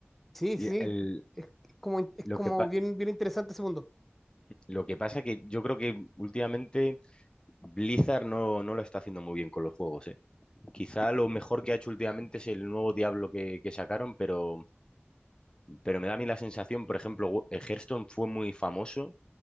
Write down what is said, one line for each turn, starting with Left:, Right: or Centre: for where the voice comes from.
Centre: Sí,
Left: Y
Centre: sí,
Left: el-
Centre: es, es como, es
Left: lo
Centre: como
Left: que pa-
Centre: bien, bien interesante ese mundo.
Left: lo que pasa que yo creo que últimamente Blizzard no, no lo está haciendo muy bien con los juegos, ¿eh? Quizá lo mejor que ha hecho últimamente es el nuevo Diablo que, que sacaron, pero pero me da a mí la sensación, por ejemplo, eh, Hearthstone fue muy famoso